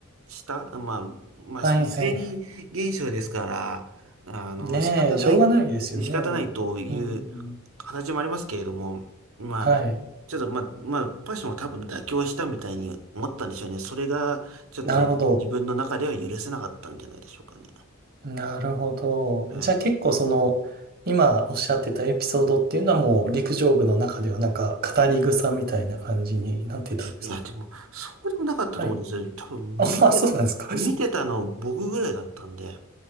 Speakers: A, on the right (about 80°); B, on the right (about 45°).
A: した、まあ、まあ、
B: はいはいはい。
A: 生理現象ですから、あの、
B: ねえ、
A: 仕方ない、
B: しょうがないですよね。
A: 仕方ないという形もありますけれども、
B: うん。
A: まあ、
B: はい。
A: ちょっと、まあ、まあ、パッションも多分妥協したみたいに思ったんでしょうね。それが、ちょっと自分の中では許せなかったんじゃないでしょうかね。
B: なるほど。なるほど。
A: はい。
B: じゃあ結構その、今おっしゃってたエピソードっていうのはもう陸上部の中ではなんか語り草みたいな感じになっていたんですか
A: いや、でも、そうでもなかったと思うんですよ。
B: はい。
A: 多分、
B: あ、<laughs> あそうなんですか。
A: 見て、見てたの僕ぐらいだったんで。